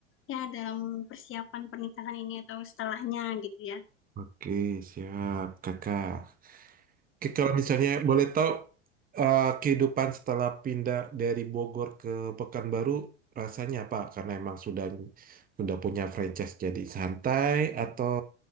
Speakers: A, on the left (about 35°); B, on the right (about 25°).
A: ya dalam persiapan pernikahan ini atau setelahnya gitu ya.
B: Oke, siap kakak. Oke, kalau misalnya boleh tahu eh, kehidupan setelah pindah dari Bogor ke Pekanbaru rasanya apa? Karena emang sudah sudah punya franchise jadi santai atau